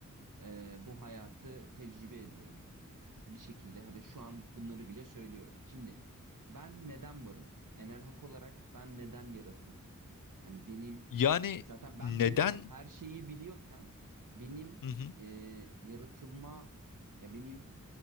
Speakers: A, on the right; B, on the left.
A: e, bu hayatı tecrübe ediyorum bir şekilde hani şu an bunları bile söylüyorum. Şimdi ben neden varım? Enel Hak olarak ben neden yaratıldım? Hani benim
B: Yani
A: zaten ben
B: neden
A: birken her şeyi biliyorken benim
B: hı hı.
A: e, yaratılma ya benim